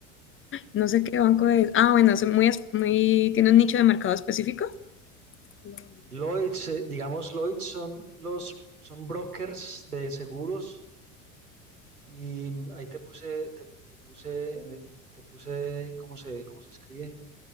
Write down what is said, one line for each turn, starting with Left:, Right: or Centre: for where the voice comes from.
Left: no sé qué banco es. Ah, bueno, es muy, es- muy, tiene un nicho de mercado específico. Deloitte.
Right: Lloyds, eh, digamos, Lloyds son los son brokers de seguros y mm, ahí te puse, te, te puse, en el- te puse, ¿cómo se, cómo se escribe?